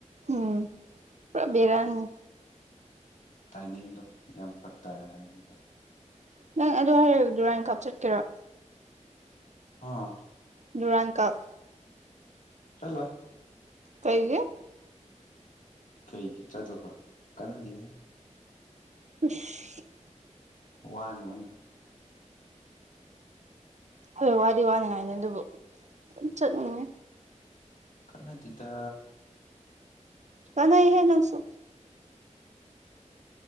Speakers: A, on the right; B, on the left.
A: ꯎꯝ ꯄꯨꯔꯥ ꯕꯦꯔꯥꯅꯤ
B: ꯇꯥꯏꯃꯤꯡꯗ ꯌꯥꯝ ꯐꯔꯛꯇꯥ ꯍꯥꯏꯝꯅꯤꯗ
A: ꯅꯪ ꯑꯗꯨ ꯍꯥꯏꯔ ꯗꯨꯔꯥꯟ ꯀꯥꯞ ꯆꯠꯀꯦꯔꯣ
B: ꯑꯥ
A: ꯗꯨꯔꯥꯟ ꯀꯥꯞ
B: ꯆꯂꫭꯏ
A: ꯀꯩꯒꯤ
B: ꯀꯩꯒꯤ ꯆꯥꯗꯕ ꯀꯅꯥꯗꯦ
A: <unintelligible>
B: ꯋꯥꯟ ꯋꯟ
A: ꯍꯣꯏ ꯋꯥꯗꯤ ꯋꯥꯅꯤꯉꯥꯏꯅꯦ ꯑꯗꯨꯕꯨ ꯗꯨꯝ ꯆꯠꯅꯤꯡꯉꯦ
B: ꯀꯟꯅꯗꯤꯗ
A: ꯀꯟꯅꯩꯍꯦ ꯅꯪꯁꯨ